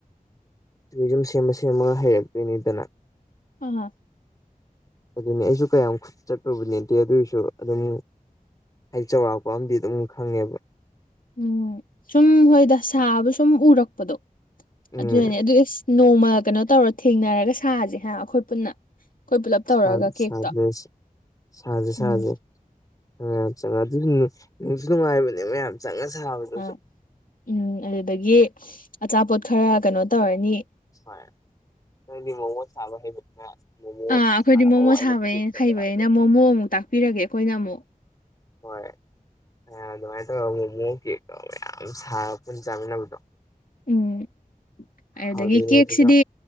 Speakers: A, on the left (about 25°); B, on the left (about 70°).
A: ꯇꯨꯔꯤꯖꯝ ꯁꯦꯝꯕ ꯁꯦꯝꯃꯒ ꯍꯩꯔꯛꯇꯣꯏꯅꯤꯗꯅ
B: ꯑ
A: ꯑꯗꯨꯅꯦ ꯑꯩꯁꯨ ꯀꯌꯥꯝ ꯈꯨꯠ ꯆꯠꯄꯕꯨ ꯗꯤ ꯅꯠꯇꯦ ꯑꯗꯨꯏꯁꯨ ꯑꯗꯨꯝ ꯑꯩ ꯆꯥꯎꯔꯥꯛꯄ ꯑꯃꯗꯤꯝ ꯑꯗꯨꯝ ꯈꯪꯉꯦꯕ
B: ꯎꯝ ꯁꯨꯝ ꯍꯣꯏꯗ ꯁꯥꯕ ꯁꯨꯝ ꯎꯔꯛꯄꯗꯣ
A: ꯎꯝ
B: ꯑꯗꯨꯗꯅꯦ ꯑꯗꯨ ꯅꯣꯡꯃ ꯀꯩꯅꯣ ꯇꯧꯔ ꯊꯦꯡꯅꯔꯒ ꯁꯥꯁꯦ ꯍ ꯑꯩꯈꯣꯏ ꯄꯨꯟꯅ ꯑꯩꯈꯣꯏ ꯄꯨꯂꯞ
A: <unintelligible>
B: ꯇꯧꯔꯒ ꯀꯦꯛꯇꯣ
A: ꯁꯥꯖꯦ ꯁꯥꯖꯦ
B: ꯎꯝ
A: ꯃꯌꯥꯝ ꯆꯪꯑ ꯑꯗꯨꯁꯨꯅꯨꯡꯁꯨ ꯅꯨꯡꯉꯥꯏꯕꯅꯦ ꯃꯌꯥꯝ ꯆꯪꯉ ꯁꯥꯕꯗꯨꯖꯨ
B: ꯑꯥ ꯎꯝ ꯑꯗꯨꯗꯒꯤ ꯑꯆꯥꯄꯣꯠ ꯈꯔ ꯀꯩꯅꯣ ꯇꯧꯔꯅꯤ꯫
A: ꯍꯣꯏ꯫ ꯅꯪꯗꯤ ꯃꯣꯃꯣ ꯁꯥꯕ ꯍꯩꯕꯅꯤꯅ ꯃꯣꯃꯣ
B: ꯑꯥ ꯑꯩꯈꯣꯏꯗꯤ
A: ꯁꯥꯔꯛꯑꯣ
B: ꯃꯣꯃꯣ
A: ꯑꯩꯅ
B: ꯁꯥꯕꯩ
A: ꯀꯦꯛ ꯇꯧꯖꯔꯛꯑꯒꯦ꯫
B: ꯍꯩꯕꯅꯤꯅ ꯃꯣꯃꯣ ꯑꯃꯨꯛ ꯇꯥꯛꯄꯤꯔꯒꯦꯀꯣ ꯑꯩꯅ ꯑꯃꯨꯛ꯫
A: ꯍꯣꯏ ꯑꯗꯨꯃꯥꯏꯅ ꯇꯧꯔꯒ ꯃꯣꯃꯣ ꯀꯦꯛꯀ ꯃꯌꯥꯝ ꯁꯥꯔꯒ ꯄꯨꯟ ꯆꯥꯃꯤꯟꯅꯕꯗꯣ꯫
B: ꯎꯝ ꯑꯗꯨꯗꯒꯤ
A: ꯍꯥꯎꯗꯣꯏꯅꯦ
B: ꯀꯦꯛꯁꯤꯗꯤ
A: ꯑꯗꯨꯁꯨ